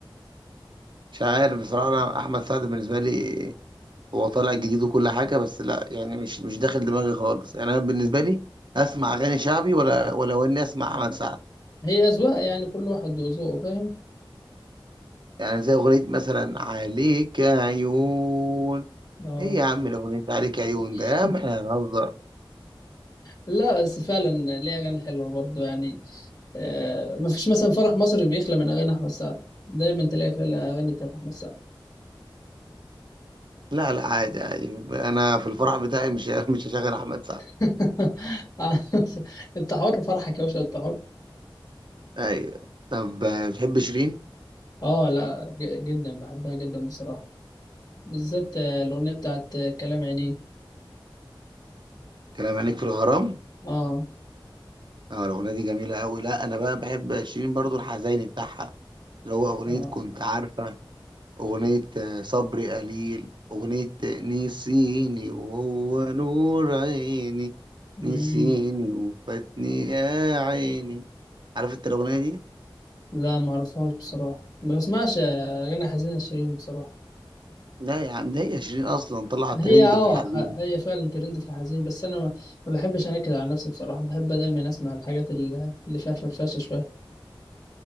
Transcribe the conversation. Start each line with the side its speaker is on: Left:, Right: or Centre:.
Right: مش عارف بصراحة انا احمد سعد بالنسبة لي هو طالع جديد وكل حاجة بس لا يعني مش مش داخل دماغي خالص يعني انا بالنسبة لي اسمع اغاني شعبي ولا ولا اني اسمع احمد سعد
Left: هي اذواق يعني كل واحد وذوقه فاهم
Right: يعني زي أغنية مثلا عليك عيون
Left: اه
Right: إيه يا عم الأغنية عليك عيون ده
Left: <laughs>
Right: يا عم إحنا هنهزر
Left: لا بس فعلا ليه اغاني حلوه برضه يعني آه ما فيش مثلا فرح مصري بيخلى من اغاني احمد سعد دايما تلاقي فيه الاغاني بتاعت احمد سعد
Right: لا لا عادي عادي أنا في الفرح بتاعي مش <laughs> مش هشغل أحمد سعد
Left: <laughs> انت حر فرحك يا باشا انت حر
Right: أيوة طب آه، بتحب شيرين؟
Left: اه لا ج- جدا بحبها جدا بصراحه بالذات آه، الأغنية بتاعت آه، كلام عينيه
Right: كلام عينيك في الغرام؟
Left: اه
Right: أه الأغنية دي جميلة أوي لا أنا بقى بحب شيرين برضو الحزيني بتاعها اللي هو أغنية
Left: اه
Right: كنت عارفة أغنية آه، صبري قليل أغنية آه، نسيني وهو نور عيني
Left: مم.
Right: نسيني وفاتني يا عيني عارف انت الاغنيه دي
Left: لا ما اعرفهاش بصراحة ما بسمعش آه، أغاني حزينة شيرين بصراحة
Right: لا يا عم ده هي شيرين اصلا طلعت
Left: هي
Right: ترند
Left: اه
Right: في الحزين
Left: ح- هي فعلا ترند في الحزين بس أنا ما ما بحبش أنكد على نفسي بصراحة بحب دايما أسمع الحاجات ال- اللي فيها فرفشة شوية